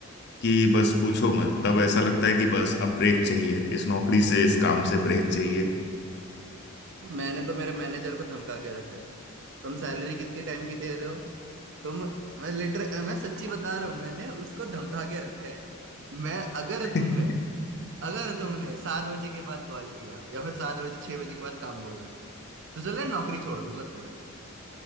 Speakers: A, on the left; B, on the right.
A: कि बस पूछो मत तब ऐसा लगता है कि बस अब ब्रेक चाहिए इस नौकरी से इस काम से ब्रेक चाहिए
B: मैंने तो मेरे मैनेजर को धमका के रखा है तुम सैलरी कितने टाइम की दे रहे हो तुम मैं लिटर मैं सच्ची बता रहा हूँ मैंने उसको धमका के रखा है मैं अगर
A: <laughs>
B: तुमने अगर तुमने सात बजे के बाद कॉल किया या फिर सात बजे छह बजे के बाद काम बोला तो चले नौकरी छोड़ दूंगा तुम्हारी